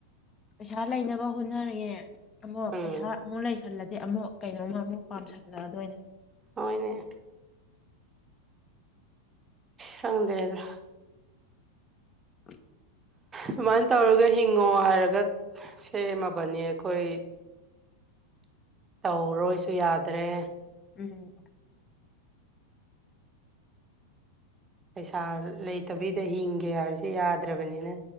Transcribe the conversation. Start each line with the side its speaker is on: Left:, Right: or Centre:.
Left: ꯄꯩꯁꯥ ꯂꯩꯅꯕ ꯍꯣꯠꯅꯔꯛꯑꯦ ꯑꯃꯨꯛ
Right: ꯎꯝ
Left: ꯄꯩꯁꯥ ꯑꯃꯨꯛ ꯂꯩꯁꯜꯂꯗꯤ ꯑꯃꯨꯛ ꯀꯩꯅꯣꯝꯃ ꯑꯃꯨꯛ ꯄꯥꯝꯁꯜꯂꯛꯑꯗꯣꯏꯅꯦ
Right: ꯍꯣꯏꯅꯦ ꯈꯪꯗ꯭ꯔꯦꯗ
Left: ꯑ
Right: ꯁꯨꯃꯥꯏꯅ ꯇꯧꯔꯒ ꯍꯤꯡꯉꯣ ꯍꯥꯏꯔꯒ ꯁꯦꯝꯃꯕꯅꯤ ꯑꯩꯈꯣꯏ ꯇꯧꯔꯣꯏꯁꯨ ꯌꯥꯗ꯭ꯔꯦ
Left: ꯎꯝ
Right: ꯄꯩꯁꯥ ꯂꯩꯇꯕꯤꯗ ꯍꯤꯡꯒꯦ ꯍꯥꯏꯕꯁꯨ ꯌꯥꯗ꯭ꯔꯕꯅꯤꯅ